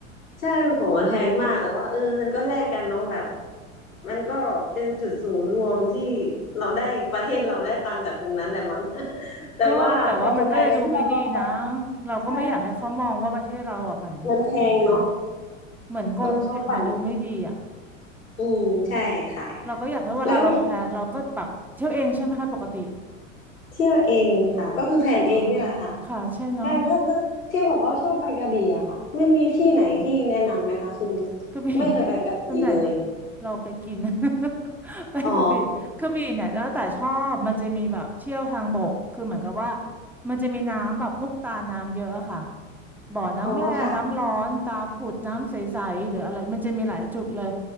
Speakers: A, on the left; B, in the centre.
A: ใช่คือของมันแพงมากแต่ว่าเออมันก็แลกกันเนาะแบบมันก็เป็นจุดศูนย์รวมที่เราได้ประเทศเราได้ตังค์จากตรงนั้นแหละมั้ง <laughs> แต่ว่าพอคนไทยไปเที่ยวเราก็แบบ
B: ก็แต่ว่ามันก็เลยดูไม่ดีนะเราก็ไม่อยากให้เขามองว่าประเทศเราแบบเหมือนโกงคนอื่น
A: ใช่ มันแพงเนาะ
B: เหมือนโกงคนอื่นมาดูไม่ดีอ่ะ
A: มันเข้าฝันอืมใช่ค่ะ
B: เราก็อยากให้เวลาเราแพลนเราก็แบบเที่ยวเองใช่ไหมคะปกติ
A: แล้วเที่ยวเองค่ะก็คือแพลนเองนี่แหละค่ะ
B: อ๋อค่ะใช่เนาะ
A: ใช่แล้วแล้วที่บอกว่าชอบไปกระบี่อะค่ะมันมีที่ไหนที่แนะนำไหมคะคือ
B: กระบี่
A: ไม่เคยไปกระบี่เลย
B: <laughs> พี่ส่วนใหญ่จะเราไปกิน <laughs> ไปกระบี่กระบี่เนี่ยแล้วแต่ชอบมันจะมีแบบเที่ยวทางบกคือเหมือนกับว่า
A: อ๋อ
B: มันจะมีน้ำแบบพวกตาน้ำเยอะอะค่ะบ่อน้ำแร่น้ำร้อนตาผุดน้ำใสๆหรืออะไรมันจะมีหลายจุดเลย
A: อ๋อค่ะ